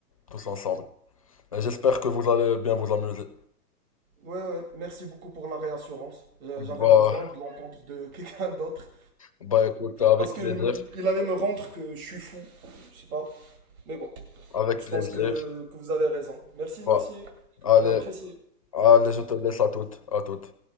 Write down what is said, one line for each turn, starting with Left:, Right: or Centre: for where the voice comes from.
Left: tous ensemble. Et j'espère que vous allez bien vous amuser.
Right: Ouais, ouais, merci beaucoup pour la réassurance. Euh, J'avais
Left: Bah,
Right: besoin de l'entendre de <laughs> quelqu'un d'autre.
Left: bah écoute, avec
Right: Parce qu'il
Left: plaisir,
Right: il- il allait me rendre que je suis fou. Je sais pas. Mais bon,
Left: avec
Right: je
Left: plaisir.
Right: pense que, que vous avez raison. Merci, merci.
Left: Bah, allez,
Right: J'ai apprécié.
Left: allez, je
Right: À
Left: te
Right: tout.
Left: laisse à toutes, à toutes.